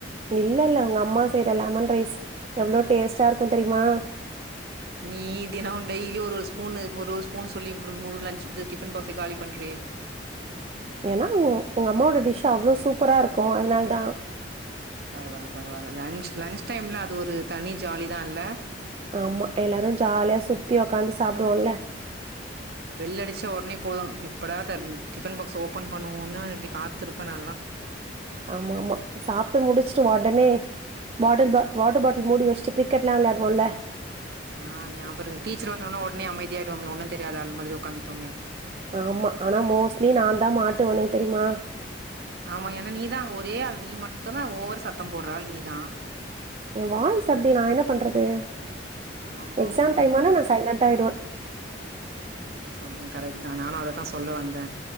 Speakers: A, on the right (about 30°); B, on the right (about 60°).
A: இல்ல இல்ல உங்க அம்மா செய்யற லெமன் ரைஸ் எவ்வளவு டேஸ்ட்டா இருக்கும் தெரியுமா
B: நீ தினம் டெய்லி ஒரு ஸ்பூன்ன ஒரு ஒரு ஸ்பூன்ன சொல்லி மு முலன் டிஃபன் பாக்ஸ காலி பண்ற
A: ஏன்னா உங்க அம்மாவோட டிஷ் அவ்வளோ சூப்பரா இருக்கும் அதனால தான்
B: பரவாயில்ல பரவாயில்ல லன்ச் லன்ச் டைம்ல அது ஒரு தனி ஜாலிதான் இல்ல
A: ஆமா எல்லாரும் ஜாலியா சுத்தி உக்காந்து சாப்புடுவோம்ல
B: ஆமா பெல் அடிச்சா உடனே போதும் எப்படா டிஃபன் பாக்ஸ் ஓபன் பண்ணுவோன்னனு எப்படி காத்துருப்பேன் நல்லாம்
A: ஆமா ஆமா சாப்பிட்டு முடிச்சுட்டு உடனே பாட்டில் பா வாட்டர் பாட்டில் மூடி வச்சுட்டு கிரிக்கெட் எல்லாம் விளையாடுவோம்ல
B: ஆஹ் ஞாபம் டீச்சர் வந்த உடன உடனே அமைதியா ஆயிடுவோமே ஒன்னும் தெரியாது ஆள் மாதிரி உக்காந்தப்போமே
A: ஆமா ஆனா மோஸ்ட்லி நான் தான் மாட்டுவனே தெரியுமா
B: ஆமா ஏன்னா நீதான் அங்க ஒரே ஆள் நீ மட்டும் தான் ஓவர்ரு சத்தம் போடுற ஆள் நீதான்
A: என் வாய்ஸ் அப்படடி நான் என்ன பண்றது
B: ஆமா
A: எக்ஸாம்
B: ஆமா
A: டைம்னா நான் சைலன்ட ஆயுடுவேன்
B: சொல்றேன் கரெக்ட் தான் நானும் அததான் சொல்ல வந்தேன்